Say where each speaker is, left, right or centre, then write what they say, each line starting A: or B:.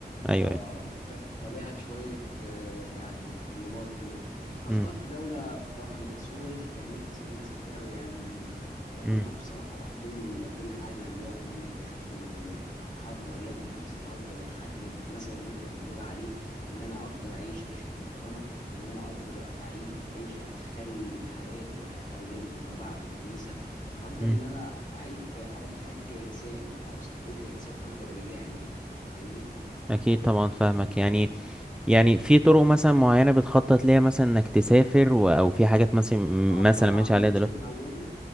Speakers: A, in the centre; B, on the left (about 50°).
A: ايوه
B: اه
A: ايوه
B: انت فاهم فليها شويه آه، يعني متطلبات كده فاخترت
A: امم
B: دوله بصراحه من صغري كان نفسي ان انا اسافرها وهي المانيا لان
A: امم
B: انا بصراحه بحترم كل حاجه بيعملوها هناك بشوف ان هقدر الاقي نفسي هقدر احقق مثلا اللي انت بتقول عليه ان انا اقدر اعيش عيشه محترمه ان انا اقدر اعيش عيشه تخلي حياتي وحياه اولادي فيما بعد كويسه هقدر
A: امم
B: ان انا اعيش الاقي حياتي كانسان يعني ابسط حقوقي كانسان هقدر الاقيها هناك انت فاهمني
A: اكيد طبعا فاهمك يعني يعني في طرق مثلا معينة بتخطط ليها مثلا انك تسافر و... او في حاجات مثلا
B: آه
A: مثلا
B: طبعًا،
A: ماشي عليها
B: بُص
A: دلوقتي
B: هو أولًا